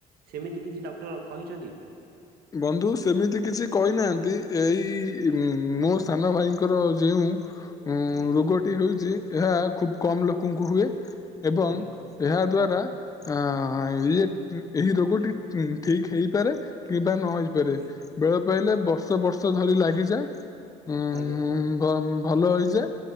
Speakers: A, on the right; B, on the left.
A: ସେମିତି କିଛି ଡକ୍ଟର କହିଛନ୍ତି?
B: ବନ୍ଧୁ ସେମିତି କିଛି କହି ନାହାନ୍ତି ଏଇ ଉଁ ମୋ ସାନ ଭାଇଙ୍କର ଯେଉଁ ଉଁ
A: ଆଜ୍ଞା
B: ରୋଗଟି ହୋଇଛି ଏହା ଖୁବ୍ କମ୍ ଲୋକଙ୍କୁ ହୁଏ ଏବଂ
A: ଆଜ୍ଞା
B: ଏହା ଦ୍ଵାରା ଆ ଇଏ ଏହି ରୋଗ ରୋଗଟି ଉଁ ଠିକ୍ ହେଇପାରେ କିମ୍ବା ନ ହେଇପାରେ
A: ଆଜ୍ଞା
B: ବେଳେ କହିଲେ ବର୍ଷ ବର୍ଷ ଧରି ଲାଗିଯାଏ ଉଁ
A: ଆଜ୍ଞା
B: ଭ ମ ଭଲ ହେଇଯାଏ